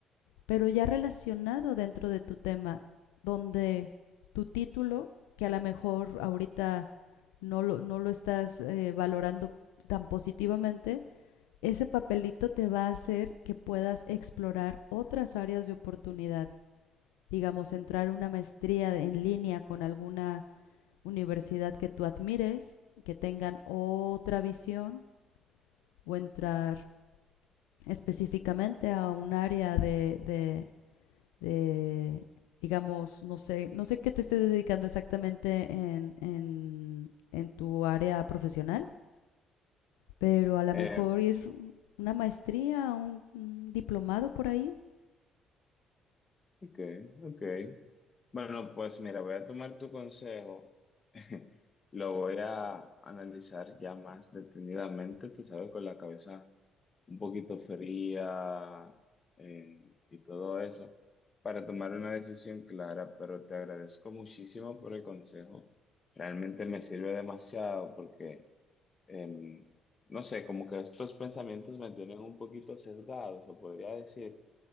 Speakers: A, on the left (about 75°); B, on the left (about 35°).
A: pero ya relacionado dentro de tu tema, donde tu título, que a lo mejor ahorita no lo, no lo estás eh, valorando tan positivamente, ese papelito te va a hacer que puedas explorar otras áreas de oportunidad, digamos, entrar a una maestría en línea con alguna universidad que tú admires, que tengan otra visión o entrar específicamente a un área de, de, de digamos, no sé, no sé qué te estés dedicando exactamente en, en, en tu área profesional, pero a lo
B: Eh,
A: mejor ir una maestría, un, un diplomado por ahí.
B: ok, ok. Bueno, pues mira, voy a tomar tu consejo, <laughs> lo voy a analizar ya más detenidamente, tú sabes, con la cabeza un poquito fría eh, y todo eso, para tomar una decisión clara, pero te agradezco muchísimo por el consejo, realmente me sirve demasiado porque, em, no sé, como que estos pensamientos me tienen un poquito sesgados, o podría decir,